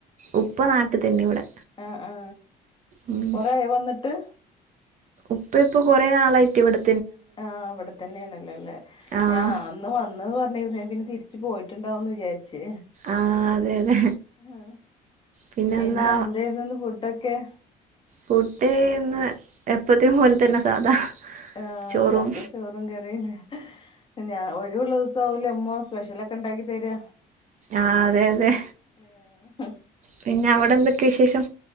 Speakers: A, on the right; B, on the left.
A: ഉപ്പ നാട്ടിൽ തന്നെ ഇവിടെ
B: ആ ആ
A: ഉം
B: കൊറെയാ വന്നിട്ട്
A: ഉപ്പ ഇപ്പ കുറേ നാളായിട്ട് ഇവിടു
B: ആഹ് ഇവിടെ തന്നെയാണല്ലോല്ലേ
A: ആഹ്
B: ഞാൻ അന്ന് വന്നത് പറ ഞൻ പിന്നെ തിരിച്ച് പോയിട്ടുണ്ടാവും എന്ന് വിചാരിച്ച്
A: ആഹ് അതെ അതെ
B: ആ
A: പിന്നെന്താ
B: പിന്നെ എന്തായിരുന്നുന്ന് ഫുഡൊക്കേ
A: ഫുഡന്ന് എപ്പത്തേും പോലെ തന്നെ സാധാ
B: ആ
A: ചോറും
B: സാത ചോറും കറിയുന്ന ഞാൻ ഒഴിവള്ള സൗല്യമ്മോ സ്പെഷ്യല ഒക്കെ ഉണ്ടാക്കി തര്യ
A: ആഹ് അതെ അതെ
B: ആ ഹാ
A: പിന്നെ അവിടെ എന്തൊക്കെയ വിശേഷം